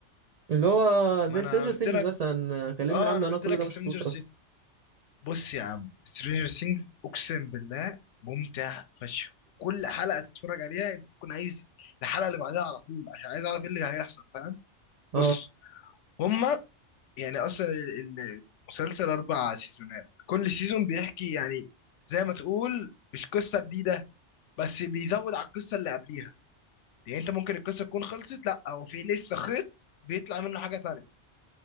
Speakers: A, on the right; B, on the left.
A: اللي هو زي
B: ما انا
A: سترينجر
B: قلت
A: سينجز
B: لك
A: مثلا كلمني
B: اه
A: عنه
B: انا
A: انا
B: قلت
A: كل
B: لك
A: ده ما
B: سترينجر
A: شفتوش اصلا
B: بص يا عم سترينجر سينجز اقسم بالله ممتع فشخ كل حلقه تتفرج عليها انت بتكون عايز الحلقه اللي بعدها على طول عشان عايز اعرف ايه اللي هيحصل فاهم بص
A: اه
B: هما يعني اصلا ال- ال- المسلسل اربع سيزونات كل سيزون بيحكي يعني زي ما تقول مش قصه جديده بس بيزود على القصه اللي قبليها يعني انت ممكن القصه تكون خلصت لا هو في لسه خيط بيطلع منه حاجه تانية